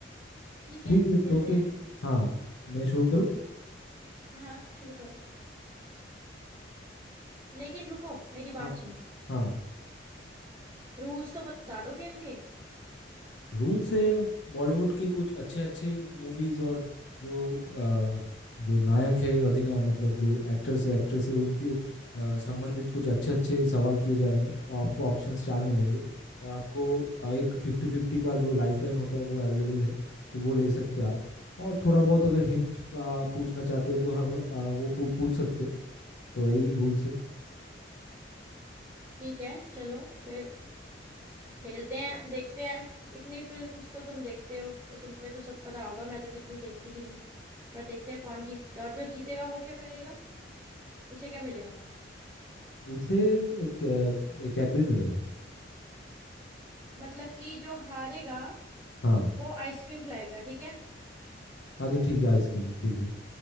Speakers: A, on the right; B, on the left.
A: ठीक है
B: ठीक है
A: खेलते
B: तो फिर
A: हैं
B: हाँ मैं शुरू करूँ
A: हाँ हाँ शुरू करो लेकिन रुको मेरी बात
B: हाँ
A: सुनो
B: हाँ
A: रूल्स तो बता दो गेम के
B: रूल से बॉलीवुड के कुछ अच्छे अच्छे मूवीज और जो अ, जो नायक है अधिनायक मतलब जो एक्टर्स है एक्ट्रेस है उनके अ, संबंधित कुछ अच्छे अच्छे सवाल किए जाएंगे और आपको ऑप्शंस चार मिलेंगे और आपको अ, एक फिफ्टी फिफ्टी का जो लाइफलाइन होता है वो अवेलेबल है तो वो ले सकते हैं आप और थोड़ा बहुत अगर हिंट का पूछना चाहते हैं तो हर बार, अ, वो पू, पूछ सकते हैं। तो यही रूल से
A: ठीक है चलो फिर खेलते हैं देखते हैं इतनी फिल्म्स तो तुम देखते हो तो तुम्हें तो सब पता होगा मैं तो इतनी देखती भी नहीं पर देखते हैं कौन जीतता है और जो जीतेगा वो क्या करेगा उसे क्या मिलेगा
B: उसे एक अ, एक एडमिन मिलेगा
A: मतलब कि जो हारेगा
B: हाँ
A: वो आइसक्रीम खिलाएगा ठीक है
B: अच्छा ठीक है आइसक्रीम ठीक है